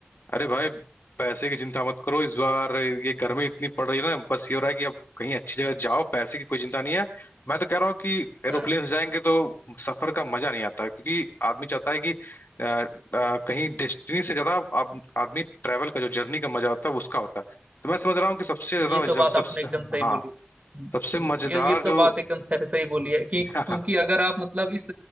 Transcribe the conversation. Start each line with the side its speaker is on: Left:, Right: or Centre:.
Left: अरे भाई पैसे की चिंता मत करो इस बार ये गर्मी इतनी पड़ रही है ना बस ये हो रहा है कि अब कहीं अच्छी जगह जाओ पैसे की कोई चिंता नहीं है मैं तो कह रहा हूँ कि एरोप्लेन
Right: हाँ
Left: से जाएंगे तो सफर का मजा नहीं आता क्योंकि आदमी चाहता है कि अ, अ, कहीं डेस्टिनी से ज्यादा आद- आदमी ट्रैवल का जो जर्नी का मजा होता है उसका होता है तो मैं समझ रहा हूँ कि सबसे
Right: ये
Left: ज्यादा
Right: तो बात
Left: सबसे
Right: आपने एकदम सही
Left: हाँ
Right: बोली हम्म,
Left: सबसे
Right: ये
Left: मजेदार
Right: ये तो
Left: जो
Right: बात एकदम सही सही बोली है कि
Left: <laughs>
Right: क्योंकि अगर आप मतलब इस